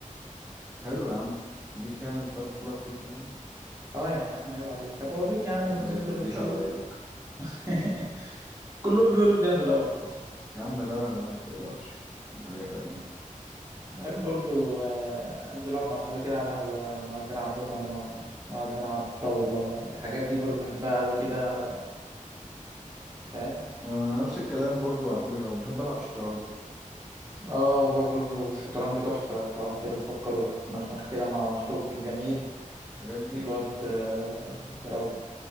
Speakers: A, in the centre; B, on the right.
A: حلو يا عم ليك يعني بتعرف تلعب فيفا يعني
B: اه يا عم عيب عليك هبقى اوريك
A: مش-
B: يا عم لما
A: عايز
B: ننزل
A: أبقى أديك
B: ونشوف
A: على عينك
B: <laughs> كلهم بيقولوا كده في الاول
A: يا عم لا لا ما تقلقش دي حاجة تانية
B: بحب برضو آه، انزل اقعد مع اصحابي كده على قهوه نقعد نلعب دومنه نقعد نلعب طاوله الحاجات دي برضو بحبها قوي كده فاهم
A: آه، أنا نفس الكلام برضو على فكرة وبحب ألعب شطرنج
B: اه برضه شطرنج تحفة تقعد كده تفكر وتمخمخ كده مع مشروبك الجميل
A: الحاجات دي
B: وتقعد
A: بت-
B: آه،
A: فعلا
B: تروق